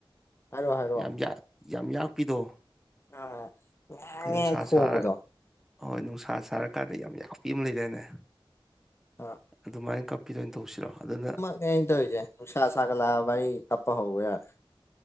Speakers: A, on the left; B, in the centre.
A: ꯍꯥꯏꯔꯣ ꯍꯥꯏꯔꯣ
B: ꯌꯥꯝ ꯌꯥꯛ ꯌꯥꯝ ꯌꯥꯛꯄꯤꯗꯣ
A: ꯑꯥ ꯉꯥꯡꯉꯦ
B: ꯀꯩ ꯅꯨꯡꯁꯥ
A: ꯈꯣꯡꯕꯗꯣ
B: ꯁꯥ ꯍꯣꯏ ꯅꯨꯡꯁꯥ ꯁꯥꯔꯀꯥꯟꯗ ꯌꯥꯝ ꯌꯥꯥꯛꯄꯤ ꯑꯃ ꯂꯩꯗꯥꯏꯅꯦ
A: ꯑꯥ
B: ꯑꯗꯨꯃꯥꯏꯅ ꯀꯞꯄꯤꯗꯣꯏꯅ ꯇꯧꯁꯤꯔꯣ ꯑꯗꯨꯅ
A: ꯅꯦ ꯑꯩꯅ ꯇꯩꯖꯦ ꯅꯨꯡꯁꯥ ꯁꯒꯠꯂꯛꯑꯕ ꯑꯩ ꯀꯞꯄ ꯍꯧꯕ ꯌꯥꯔꯦ